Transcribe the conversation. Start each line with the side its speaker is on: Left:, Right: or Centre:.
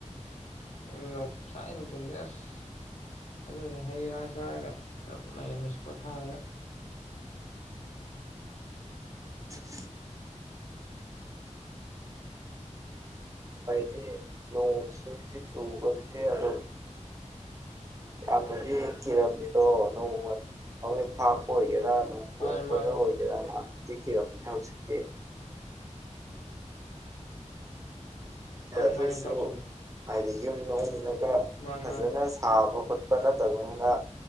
Left: ꯎꯝ ꯆꯥꯏꯅ ꯇꯤꯟꯗꯤꯁ ꯑꯗꯨꯗꯨꯅꯤ ꯍꯩ ꯔꯥ ꯆꯥꯔꯒ ꯈꯞ ꯂꯩꯔꯝꯃꯤꯁꯤ ꯄꯣꯊꯥꯔꯒ
Right: <inaudible> ꯗꯤ ꯅꯣ ꯆꯨꯕꯔꯁꯤ ꯑꯗꯣ ꯍꯪꯅꯗꯤ ꯀꯤꯔꯝꯃꯤꯗꯣ ꯅꯣꯡꯃ ꯍꯈꯣꯏ ꯐꯥꯛꯄ ꯑꯣꯏꯒꯦꯔꯥ ꯅ ꯈꯣꯡꯕꯗ
Left: ꯃꯥꯅꯤ ꯃꯥꯅꯤ
Right: ꯑꯣꯏꯒꯦꯔꯥ ꯌꯥꯝꯅꯗꯤꯤ ꯀꯤꯔꯝꯕꯅꯦ ꯍꯧꯖꯤꯛꯇꯤ
Left: ꯃꯥꯅꯤ
Right: ꯑꯗꯨꯑꯣꯏꯁꯨ
Left: ꯃꯥꯅꯤ ꯏꯇꯥꯎ ꯆꯨꯝꯃꯤ
Right: ꯍꯥꯏꯗꯤ ꯌꯨꯝ ꯂ
Left: ꯃꯥꯅꯤ
Right: ꯐꯖꯅ
Left: ꯃꯥꯅꯤ
Right: ꯁꯥꯕ ꯈꯣꯠꯄ ꯅꯠꯇꯕꯅꯤꯅ